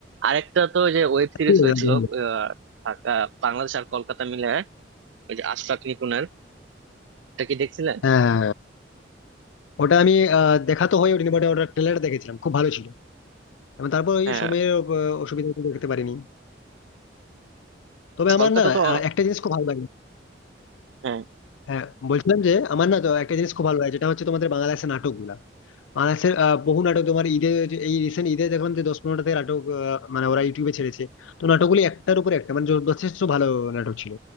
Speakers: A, on the right (about 75°); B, on the left (about 85°).
A: আরেকটা তো ওই যে ওয়েব সিরিজ
B: ঠিক
A: হয়েছিল
B: আছে,
A: আহ, ঢাকা- বাংলাদেশ আর কলকাতা মিলে ওই যে আশরাফ নিকুনের এটা কি দেখছিলেন
B: হ্যাঁ ওটা আমি আহ, দেখা তো হয়নি বাট ওটা ট্রেলার দেখেছিলাম খুব ভালো ছিল এবং তারপর ওই
A: হ্যাঁ
B: সময়ের আহ, অসুবিধা একটু দেখতে পারিনি তবে আমার
A: কলকাতা
B: না
A: তো
B: আহ, একটা জিনিস খুব ভালো লাগে
A: হ্যাঁ
B: হ্যাঁ বলছিলাম যে আমার না তো একটা জিনিস খুব ভালো লাগে যেটা হচ্ছে তোমাদের বাংলা বাংলাদেশের নাটকগুলা মানাসের আহ, বহু নাটক তোমার ঈদে এই রিসেন্ট ঈদে দেখলাম যে দশ পনেরোটা থেকে নাটক আহ, মানে ওরা ইউটিউবে ছেড়েছে তো নাটকগুলি একটার উপর একটা মানে য- যথেষ্ট ভালো নাটক ছিল